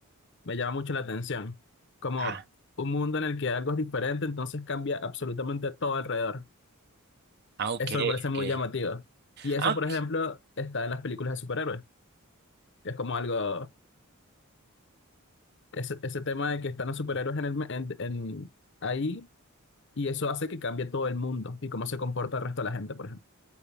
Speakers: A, on the left; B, on the right.
A: me llama mucho la atención. Como
B: Ah,
A: un mundo en el que algo es diferente, entonces cambia absolutamente todo alrededor.
B: ah, ok,
A: Eso me parece muy
B: ok.
A: llamativo. Y eso,
B: Ah, ok.
A: por ejemplo, está en las películas de superhéroes, que es como algo, ese, ese tema de que están los superhéroes en el, me- en, en- ahí y eso hace que cambie todo el mundo y cómo se comporta el resto de la gente, por ejemplo.